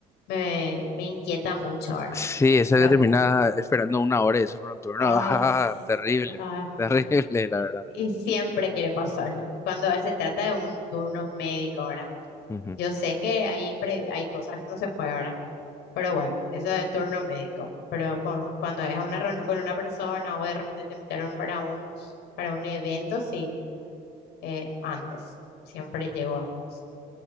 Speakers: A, on the left; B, on the left.
A: me, me inquieta mucho ahora.
B: Sí, eso
A: Pero,
B: que terminaba esperando una hora y eso por un turno.
A: ay,
B: <laughs> Ah,
A: s-
B: terrible,
A: ah,
B: terrible, la verdad.
A: y siempre quiere pasar. <laughs> Cuando se trata de un turno médico, ¿verdad?
B: Ujú,
A: Yo sé que hay, impre- hay cosas que no se puede, ¿verdad? Pero bueno, eso de turno médico. Pero cu- cuando es a una reunión con una persona o de repente te invitaron para un, para un evento, sí, eh, antes. Siempre llego antes.